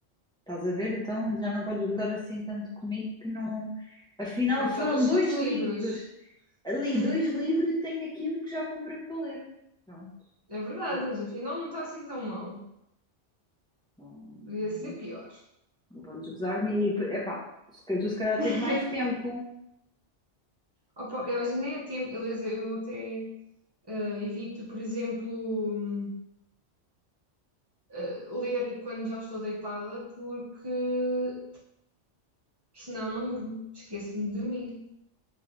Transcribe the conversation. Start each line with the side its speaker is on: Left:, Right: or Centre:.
Centre: estás a ver? Então já não podes gozar assim tanto comigo que não. Afinal,
Right: Pronto,
Centre: foram
Right: já leste
Centre: dois
Right: dois livros.
Centre: livros. Li
Right: <laughs>
Centre: dois livros e tenho aqui um que já comprei para ler. Pronto,
Right: É verdade,
Centre: já.
Right: mas afinal não está assim tão mal.
Centre: Não, não,
Right: Podia ser pior.
Centre: não podes gozar-me. E, epá, se calhar- tu se calhar
Right: <laughs>
Centre: tens mais tempo.
Right: Opa, eu acho que nem é tempo. Aliás, eu até eh, evito, por exemplo. hum, uh, ler quando já estou deitada, porque senão não durmo, esqueço-me de dormir.